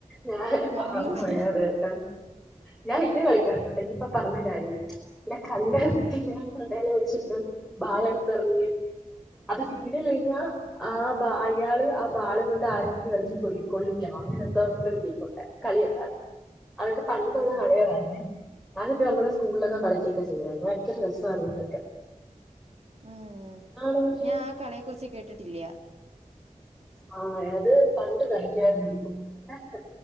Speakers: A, in the centre; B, on the right.
A: ഞാന് അത്
B: മറന്നുപോയി
A: മറന്നു പോയി അതായിട്ടാ ഞാൻ ഇത് കളിക്കാ എന്നാ അതെ ഇനിയിപ്പ പറഞ്ഞ കാര്യം ഇല്ല കണ്ട എടുത്തിട്ടില്ല
B: ആഹ്
A: <unintelligible> ബാള് എടുത്ത് എറിഞ്ഞ് അത് സിഗ്നല് കഴിഞ്ഞാ ആ ബാ അയാള് ആ ബാള് അതുകൊണ്ട് ആരെങ്കിലും എറിഞ്ഞ് കൊള്ളി കൊള്ളിക്കണം അങ്ങനെ എന്തോ കൊണ്ട് ഒരു ഗെയിം ഉണ്ടായിരുന്നു കളി ഉണ്ടായിരുന്നു അതൊക്കെ പണ്ട് ഉള്ള
B: ആഹ്
A: കളികൾ ആയിരുന്നേ അതൊക്കെ നമ്മള് സ്കൂളിലൊക്കെ കളിക്കൊക്കെ ചെയ്യായിരുന്നു ഭയങ്കര രസായിരുന്നു ഇതൊക്കെ
B: ആഹ്
A: ഇന്നാണെങ്കി
B: ഞാൻ ആ കളിയെ കുറിച്ച് കേട്ടിട്ടില്ല
A: ആഹ് അത് പണ്ട് കളിക്കായിരുന്നു പിന്നെ